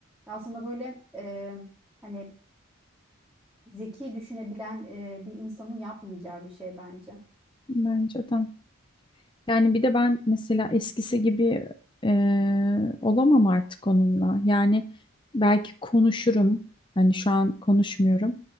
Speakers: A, in the centre; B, on the left (about 20°).
A: Aslında böyle... E, Hani zeki düşünebilen e, bir insanın yapmayacağı bir şey bence.
B: Bence de. Yani bir de ben mesela eskisi gibi e, olamam artık onunla. Yani belki konuşurum. Hani şu an konuşmuyorum.